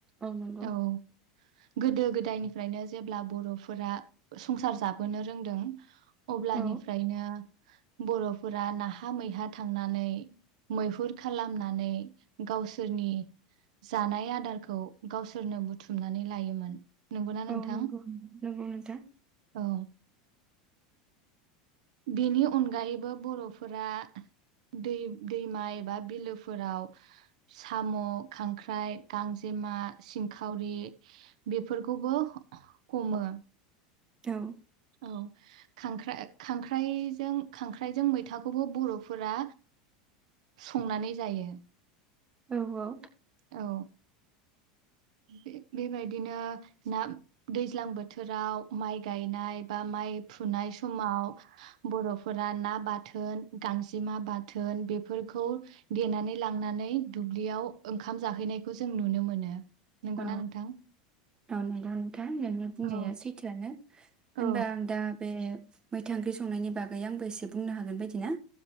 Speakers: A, on the right (about 20°); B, on the right (about 80°).
A: औ नंगौ
B: औ गोदो गोदायनिफ्रायनो जेब्ला बर'फोरा संसार जाबोनो रोंदों अब्लानिफ्रायनो
A: औ
B: बर'फोरा नाहा मैहा थांनानै, मैहुर खालामनानै गावसोरनि जानाय आदारखौ गावसोरनो बुथुमनानै लायोमोन। नंगौना नोंथां
A: औ नंगौ नंगौ नोंथां।
B: औ बेनि अनगायैबो बर'फोरा दै-दैमा एबा बिलोफोराव साम', खांख्राइ, गांजेमा, सिंखावरि बेफोरखौबो हमो
A: औ
B: औ, खांख्रा-खांख्राइजों खांख्राइजों मैथाखौबो बर'फोरा संनानै जायो।
A: औ औ
B: औ बे-बेबायदिनो ना दैज्लां बोथोराव माइ गायनाय बा माइ फु नाय समाव बर' फोरा ना बाथोन, गांजेमा बाथोन बेफोरखौ देनानै लांनानै दुब्लियाव ओंखाम जाहैनायखौ जों नुनो मोनो। नंगौना
A: औ
B: नोंथां
A: औ नंगौ नोंथां नोंनि बुंनाया
B: औ
A: सैथोआनो
B: औ
A: होनबा आं दा बे मैथा ओंख्रि संनायनि बागै आंबो एसे बुंनो हागोन बायदि ना